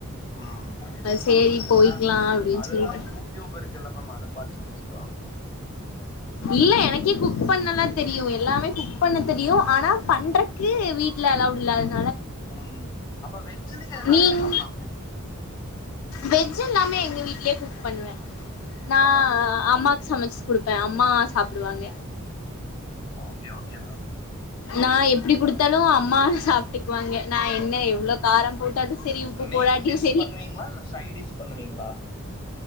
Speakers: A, on the left; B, on the left.
A: ம்
B: சேரி
A: அதெல்லா
B: போய்க்கலா அப்டின்னு
A: அதுதா
B: சொல்லிட்டு
A: யூ ட்யூப் இருக்குல்ல மேம் அத பாத் சமைச்சுக்கலா
B: இல்ல எனக்கே குக் பண்ணலா தெரியு எல்லாமே குக் பண்ண தெரியு ஆனா பண்றதுக்கு வீட்ல அலவுட் இல்ல
A: ம் அப்ப வெஜ்ஜுலயே நெறைய
B: மீன்
A: பண்ணலாமே
B: வெஜ் எல்லாமே எங்க வீட்லயே குக் பண்ணுவே நா
A: ஆ
B: அம்மாக் சமைச்சு குடுப்பே அம்மா சாப்டுவாங்க
A: ஓகே ஓகே மேம்
B: நா எப்படி குடுத்தாலு அம்மா சாப்ட்டுக்குவாங்க நா என்ன எவ்ளோ காரம் போட்டாலு செரி உப்பு
A: மெயின்
B: போடாட்டியு
A: டிஷ்
B: செரி
A: பண்ணுவீங்களா இல்ல சைட் டிஷ் பண்ணுவீங்களா